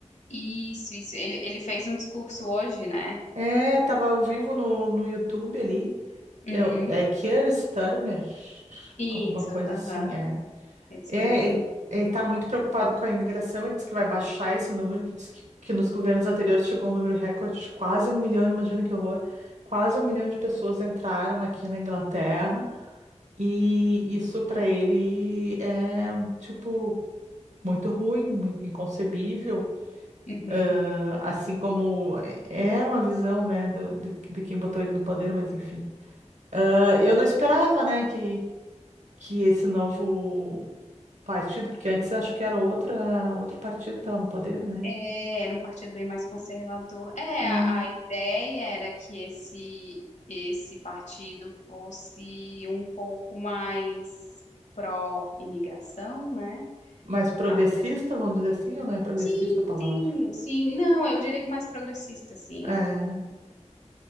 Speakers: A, on the left; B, on the right.
A: Isso, isso. Ele, ele fez um discurso hoje, né?
B: É, tava ao vivo no, no YouTube ali.
A: Uhum.
B: É, o- é Keir Starmer,
A: Isso,
B: alguma coisa
A: aham,
B: assim. é.
A: Isso
B: É,
A: mesmo.
B: ele, ele tá muito preocupado com a imigração, ele diz que vai baixar esse número, que diz que, que nos governos anteriores chegou um número recorde de quase um milhão, imagina que horror. Quase um milhão de pessoas entraram aqui na Inglaterra, e isso para ele é, tipo, muito ruim, mui- inconcebível.
A: Uhum.
B: Ah, Assim como é é uma visão, né, do, do, de quem botou ele no poder, mas enfim. Ah, Eu não esperava, né, que, que esse novo. partido, porque antes acho que era outra, outro partido que estava no poder, né?
A: É, era um partido bem mais conservador. É,
B: Ah,
A: a, a ideia era que esse, esse partido fosse um pouco mais pró-imigração, né?
B: mas progressista,
A: Até-
B: vamos dizer assim, ou não é progressista
A: Sim,
B: a palavra?
A: sim, sim. Não, eu diria que mais progressista, sim.
B: É.